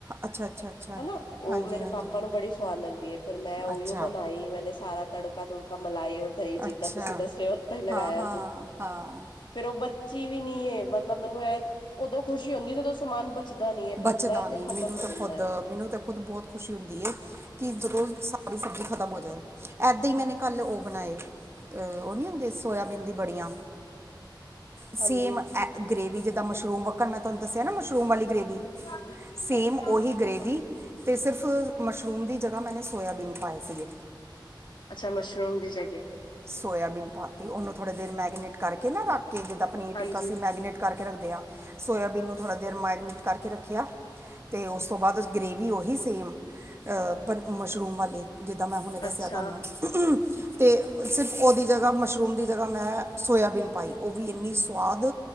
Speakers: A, on the right; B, on the left.
A: ਅੱਛਾ, ਅੱਛਾ ਅੱਛਾ
B: ਹਨਾ ਉਹ
A: ਹਾਂਜੀ
B: ਮੇਰੇ
A: ਹਾਂਜੀ
B: ਪਾਪਾ ਨੂੰ ਬੜੀ ਸਵਾਦ ਲੱਗਦੀ ਐ ਫੇਰ ਮੈਂ ਉਹੀਓ
A: ਅੱਛਾ
B: ਬਣਾਈ ਮੈਨੇ ਸਾਰਾ ਤੜਕਾ-ਤੁੜਕਾ ਮਲਾਈ ਔਰ ਦਹੀਂ ਜਿੱਦਾਂ
A: ਅੱਛਾ
B: ਤੁਸੀਂ ਦੱਸੇ ਰਹੇ ਓ ਉਦਾਂ ਹੀ ਲਗਾਇਆ
A: ਹਾਂ ਹਾਂ
B: ਸੀ।
A: ਹਾਂ
B: ਫੇਰ ਉਹ ਬੱਚੀ ਵੀ ਨੀ ਏ ਮਤਲਬ ਮੈਨੂੰ ਇਹ ਉਦੋਂ ਖੁਸ਼ੀ ਹੁੰਦੀ ਜਦੋਂ ਸਮਾਨ ਬਚਦਾ ਨੀ ਹੈ
A: ਬਚਦਾ
B: ਬਣਦਾ ਹੈ
A: ਨਹੀਂ
B: ਤੇ ਖ਼ਤਮ
A: ਮੈਨੂੰ
B: ਹੋ
A: ਤਾਂ
B: ਜਾਂਦਾ
A: ਖੁਦ
B: ਹੈ
A: ਮੈਨੂੰ ਤਾਂ ਖੁਦ ਬੌਤ ਖੁਸ਼ੀ ਹੁੰਦੀ ਹੈ ਕਿ ਜਦੋਂ ਸਾਰੀ ਸਬਜ਼ੀ ਖਤਮ ਹੋ ਜਾਏ ਐਦਾਂ ਹੀ ਮੈਨੇ ਕੱਲ ਉਹ ਬਣਾਏ ਅਹ ਉਹ ਨਹੀਂ ਹੁੰਦੇ ਸੋਆਬੀਨ ਦੀ ਬੜੀਆਂ ਸੇਮ
B: ਹਾਂਜੀ
A: ਐ ਗ੍ਰੇਵੀ ਜਿੱਦਾਂ ਮਸ਼ਰੂਮ ਵੱਕਣ ਮੈਂ ਤੁਹਾਨੂੰ ਦੱਸਿਆ ਨਾ ਮਸ਼ਰੂਮ ਵਾਲੀ ਗ੍ਰੇਵੀ
B: <unintelligible>
A: ਸੇਮ ਉਹੀ ਗ੍ਰੇਵੀ ਤੇ ਸਿਫ ਮਸ਼ਰੂਮ ਦੀ ਜਗ੍ਹਾ ਮੈਨੇ ਸੋਇਆਬੀਨ ਪਾਏ ਸੀਗੇ।
B: ਅੱਛਾ ਮਸ਼ਰੂਮ ਦੀ ਜਗਏ।
A: ਸੋਇਆਬੀਨ ਪਾਤੀ ਉਹਨੂੰ ਥੋੜ੍ਹੇ ਦੇਰ ਮੈਗੀਨੇਟ ਕਰਕੇ ਨਾ ਰੱਖ ਕੇ ਜਿੱਦਾਂ ਪਨੀਰ ਟਿੱਕਾ
B: ਹਾਂਜੀ
A: ਸੀ ਮੈਗੀਨੇਟ ਕਰਕੇ ਰੱਖਦੇ ਆ, ਸੋਇਆਬੀਨ ਨੂੰ ਥੋੜ੍ਹਾ ਦੇਰ ਮੈਗਨੇਟ ਕਰਕੇ ਰੱਖਿਆ। ਤੇ ਉਸ ਤੋਂ ਬਾਅਦ ਗ੍ਰੇਵੀ ਉਹੀ ਸੇਮ, ਅ ਪਰ ਮਸ਼ਰੂਮ ਵਾਲੀ ਜਿਦਾਂ ਮੈਂ ਹੁਣੇ ਦੱਸਿਆ
B: ਅੱਛਾ
A: ਤੁਹਾਨੂੰ ਤੇ ਸਿਰਫ ਉਹਦੀ ਜਗ੍ਹਾਂ ਮਸ਼ਰੂਮ ਦੀ ਜ੍ਹਗਾ ਮੈਂ ਸੋਇਆਬੀਨ ਪਾਈ ਉਹਬੀ ਇਨੀ ਸੋਆਦ